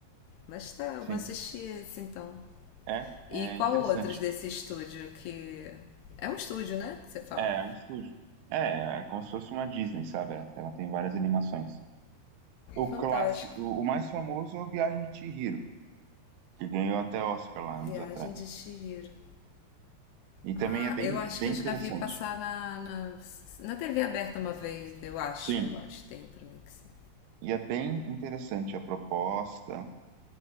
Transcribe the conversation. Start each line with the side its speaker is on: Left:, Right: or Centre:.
Left: Mas tá, eu
Right: sim.
Left: vou assistir esse então.
Right: É,
Left: E
Right: é
Left: qual
Right: interessante.
Left: outros desse estúdio que. É um estúdio, né? Que você fala.
Right: É, é um estúdio. É, é como se fosse uma Disney, sabe? Ela, ela tem várias animações. O
Left: Fantástico.
Right: clássico, o o mais famoso é o Viagem de Chihiro, que ganhou até Oscar lá
Left: Viagem
Right: anos atrás.
Left: de Chihiro.
Right: E também
Left: Ah,
Right: é bem,
Left: eu acho
Right: bem
Left: que eu
Right: interessante.
Left: já vi passar na, na, na TV aberta uma vez, eu acho,
Right: Sim,
Left: eu acho, tem pra mim que sim.
Right: e é bem interessante a proposta,